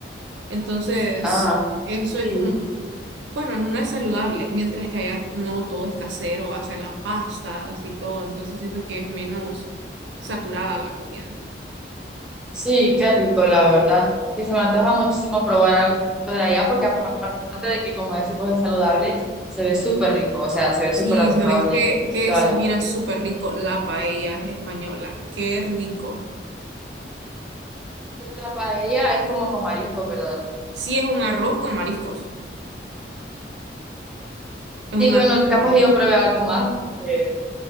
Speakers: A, on the right; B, in the centre.
A: Entonces,
B: Ah,
A: eso es
B: sí.
A: como, bueno, no es saludable, mientras que allá no todo es casero, hacen las pastas y todo, entonces siento que es menos saturada la comida.
B: Sí, qué rico, la verdad. Que se me antoja muchísimo probar algo de allá, porque aparte de que, como decimos, es saludable, se ve súper rico, o sea, se ve
A: Sí,
B: súper antojable
A: ¿sabes qué? Que
B: y toda
A: se
B: la
A: mira súper rico la paella española, qué rico.
B: Pero la paella es como con mariscos, ¿verdad?
A: Sí, es un arroz con mariscos, es un
B: Sí, bueno,
A: arroz con
B: capaz
A: mariscos.
B: yo pruebe algo más, eh,